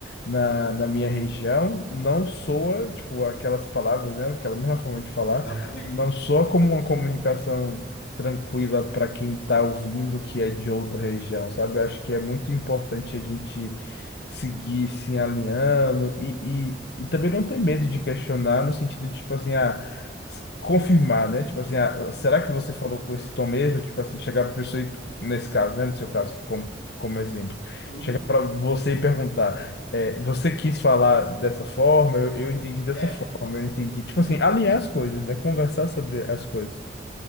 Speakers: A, on the left (about 60°); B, on the left (about 80°).
A: na, na minha região, não soa, tipo, aquelas palavras, né, aquela mesma forma de falar,
B: Exatamente.
A: não soa como uma comunicação tranquila para quem está ouvindo que é de outra região, sabe? Eu acho que é muito importante a gente seguir se alinhando e, e, e também não ter medo de questionar no sentido de, tipo assim, ah, s- confirmar, né? Tipo assim, ah, será que você falou com esse tom mesmo? Tipo assim, chegar para pessoa e, nesse caso, né? No seu caso, como, como exemplo,
B: E,
A: chegar para você e perguntar, é, você quis falar dessa forma? Eu, eu entendi dessa
B: é,
A: forma, eu entendi. Tipo assim, alinhar as coisas, né? Conversar sobre as coisas.